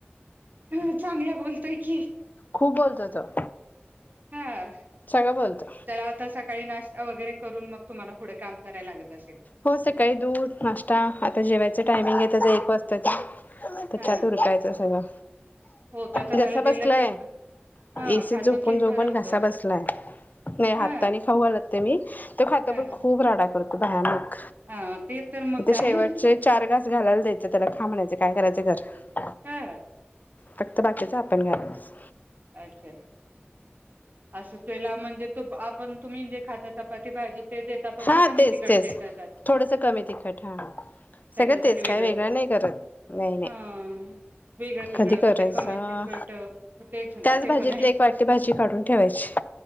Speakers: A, on the right; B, on the left.
A: हम्म चांगल्या बोलतोय की
B: खूप बोलतोय तो
A: हा
B: सगळं बोलतो
A: त्याला आता सकाळी नाश् वगैरे करून मग तुम्हाला पुढे काम करायला लागत असेल
B: हो सकाळी दूध नाश्ता आता जेवायचं टायमिंग आहे त्याचा एक वाजताचा त्याच्या
A: हा
B: आत उरकायचं सगळं
A: हो त्याच
B: घसा
A: त्याला
B: बसलाय
A: दिलं की हा
B: एसीत
A: खातो
B: झोपून-झोपून,
A: की भरवतो
B: घसा बसलाय नाही
A: हा
B: हातानी खाऊ घालते मी तो खातो
A: हा
B: पण खूप राडा करतो <unintelligible>
A: हा ते तर म
B: ते
A: काय
B: शेवटचे चार घास घालायला द्यायचं त्याला खा म्हणायचं काय करायचं कर
A: हा
B: फक्त बाकीचा आपण घालस
A: अच्छा असं पेला म्हणजे तो आपण तुम्ही जे खाता चपाती भाजी ते देता फक्त
B: हा
A: कमी
B: तेच
A: तिकट
B: तेच
A: देतात
B: थोडस कमी तिखट हा
A: त्याच्यासाठी
B: सगळं तेच
A: वेगळं
B: काय नाही करत नाही नाही
A: हा वेगळं तिखट
B: कधी करायचं
A: म्हणजे कमी तिखट तेच ना
B: त्याच
A: ते
B: भाजीतली
A: पण आहे.
B: एक वाटी भाजी काढून ठेवायची.